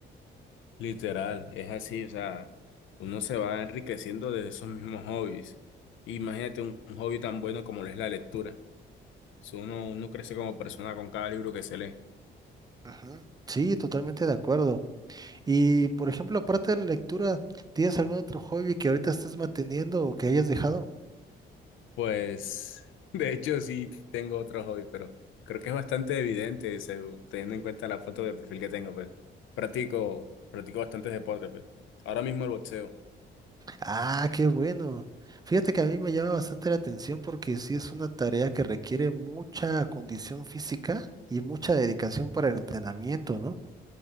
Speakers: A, on the left; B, on the right.
A: Literal, es así, o sea, uno se va enriqueciendo de esos mismos hobbies. Imagínate un, un hobby tan bueno como lo es la lectura. Si uno, uno crece como persona con cada libro que se lee.
B: Ujú. Sí, totalmente de acuerdo. Y, por ejemplo, aparte de la lectura, ¿tienes algún otro hobby que ahorita estés manteniendo o que hayas dejado?
A: Pues, <laughs> de hecho, sí tengo otro hobby, pero creo que es bastante evidente, según- teniendo en cuenta la foto de perfil que tengo, pues. Practico, practico bastantes deportes, pues. Ahora mismo el boxeo.
B: Ah, qué bueno. Fíjate que a mí me llama bastante la atención porque sí es una tarea que requiere mucha condición física y mucha dedicación para el entrenamiento, ¿no?